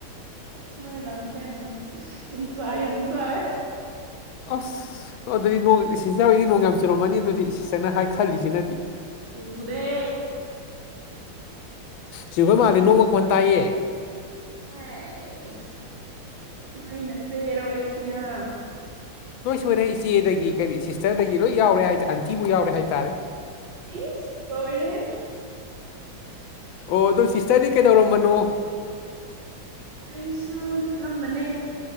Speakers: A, on the right; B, on the left.
A: ꯑꯁ ꯅꯣꯏ ꯂꯝꯁꯦ ꯂꯝ ꯅꯨꯡꯁ ꯌꯥꯝ ꯁꯥꯏ
B: ꯑꯁ ꯑꯣ ꯑꯗꯨꯗꯤ ꯅ ꯁꯤꯖꯔꯣꯏꯗꯤ ꯅꯣꯡ ꯌꯥꯝ ꯆꯨꯔꯝꯃꯅꯤ ꯑꯗꯨꯗꯤ ꯅ ꯍꯥꯏ ꯈꯜꯂꯤꯁꯤ ꯅꯗꯤ
A: ꯆꯨꯗꯦ
B: ꯆꯨꯕ ꯃꯥꯜꯂꯤ ꯅꯣꯡ ꯃꯈꯣꯟ ꯇꯥꯏꯌꯦ
A: ꯍꯩꯁ ꯅꯣꯏꯅꯆꯦꯔꯣ ꯑꯩꯁꯦ ꯍꯥ
B: ꯅꯣꯏ ꯁꯣꯏꯔꯦ ꯏꯆꯦꯗꯒꯤ ꯀꯔꯤ ꯁꯤꯁꯇꯔꯗꯒꯤ ꯂꯣꯏ ꯌꯥꯎꯔꯦ ꯍꯥꯏꯇꯥꯔꯦ ꯑꯟꯇꯤꯕꯨ ꯌꯥꯎꯔꯦ ꯍꯥꯏꯇꯥꯔꯦ
A: ꯏꯁ ꯂꯣꯏꯔꯦꯍꯦ
B: ꯑꯣ ꯑꯗꯨ ꯁꯤꯁꯇꯔꯗꯤ ꯀꯩꯗꯧꯔꯝꯕꯅꯣ
A: ꯑꯩꯁꯨ ꯍꯤꯞꯂꯝꯕꯅꯦ